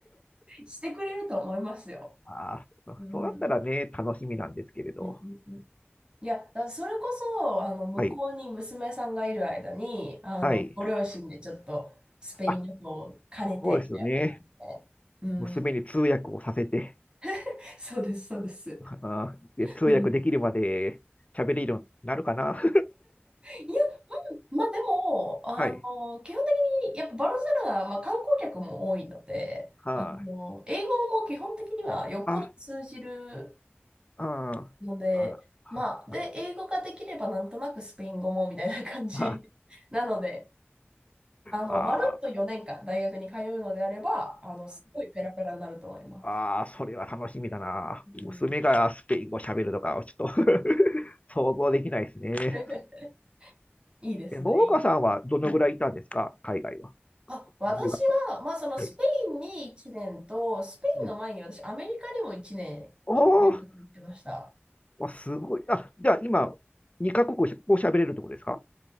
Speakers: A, on the right (about 20°); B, on the left (about 30°).
A: してくれると思いますよ。
B: <laughs> ああ、
A: うん。
B: そうだったらね、楽しみなんですけれど。
A: うんうんうんいや、だからそれこそ、あの、向こうに娘さんがいる間に、
B: はい。
A: あの、
B: はい。
A: ご両親でちょっとスペイン旅行を兼ねて、
B: あそうですよね。
A: みたいな感じで。うん。
B: 娘に通訳をさせて、
A: <laughs> そうです、そうです。
B: あーで通訳できるまで喋れるようになるかな。
A: うん。いや、まあでも、あの、
B: <laughs> はい。
A: 基本的に、やっぱバルセロナは、まあ、観光客も多いので、
B: はい。
A: あの、英語も基本的にはよっぽど通じる
B: あ、あ、
A: ので、
B: あ、あ、
A: まあ、
B: あ、
A: で、英語ができればなんとなくスペイン語もみたいな感じなので、
B: あ、
A: あの、
B: あ、
A: まるっと4年間大学に通うのであれば、あの、すごいペラペラになると思います。
B: あ、あ、それは楽しみだな。
A: うん。
B: 娘がスペイン語喋るとか、ちょっと <laughs> 想像できないですね。
A: <laughs> いいですね、
B: え、桃花さんはどのぐらいいたんですか海外は。
A: いいですね。うんあ、私は、
B: 留学
A: まあ、そのスペインに1年と、
B: で。
A: スペインの前に私、
B: うん。
A: アメリカにも1年い留学行ってました。
B: おー、わすごい。あ、じゃあ今、2カ国語喋れるってことですか